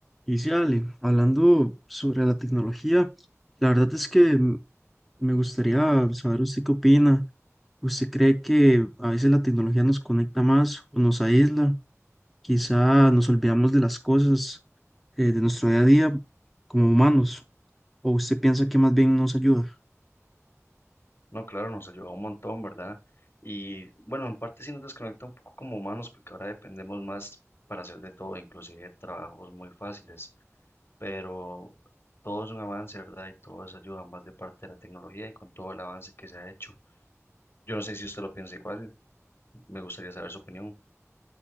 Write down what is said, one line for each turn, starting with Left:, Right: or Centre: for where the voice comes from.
Centre: Y sí, Ale, hablando sobre la tecnología, la verdad es que mm, me gustaría saber usted qué opina. ¿Usted cree que a veces la tecnología nos conecta más o nos aísla? Quizá nos olvidamos de las cosas eh, de nuestro día a día como humanos, o usted piensa que más bien nos ayuda.
Left: No, claro, nos ayuda un montón, ¿verdad? Y bueno, en parte sí nos desconecta un poco como humanos, porque ahora dependemos más para hacer de todo, inclusive trabajos muy fáciles, pero todo es un avance, ¿verdad? Y todo es ayuda más de parte de la tecnología y con todo el avance que se ha hecho. Yo no sé si usted lo piensa igual, me gustaría saber su opinión.